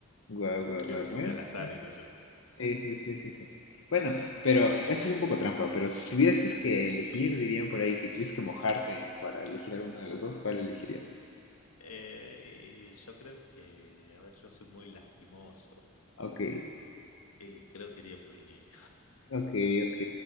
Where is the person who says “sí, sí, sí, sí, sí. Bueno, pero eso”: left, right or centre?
Left